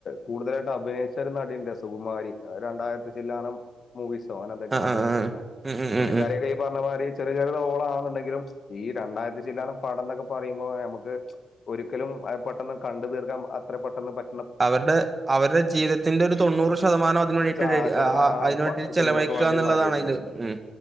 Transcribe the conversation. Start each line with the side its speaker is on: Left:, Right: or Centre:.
Left: കൂടുതലായിട്ടും അഭിനയിച്ച ഒരു നട സുകുമാരി രണ്ടായിരത്തി ചെല്ലാന മൂവിസ് സോഹൻ എന്തൊക്കെയാണ്
Right: ആ ആ
Left: അഭിനയിച്ചിരിക്കുന്നത്
Right: ആ ഉം ഉം
Left: പുള്ളിക്കാരൊക്ക
Right: ഉം ഉം
Left: ഈ പറഞ്ഞ മാതിരി ചെറിയ ചെറിയത് ഓളാെന്നുണ്ടെങ്കിലും ഈ രണ്ടായിരത്തി ചില്ലാണ് പടം എന്നൊക്കെ പറയുമ്പോ നമുക്ക് ഒരിക്കലും പെട്ടെന്ന് കണ്ടു തീർക്കാ അത്ര പെട്ടെന്ന് പ
Right: അവരുടെ അവരുടെ ജീവിതത്തിന്റെ ഒരു തൊണ്ണൂറ് ശതമാനം അന് വേണ്ടിട്ട്
Left: ആ ശതമാനം ആ
Right: അതിനന്
Left: പ-
Right: വേണ്ടിട്ട്
Left: സിനിമക്ക്
Right: ചിലലവഴ എക്കുകന്നുള്ളതാ
Left: വേണ്ടി മാറ്റി വെച്ചിന്
Right: അതില് ഉ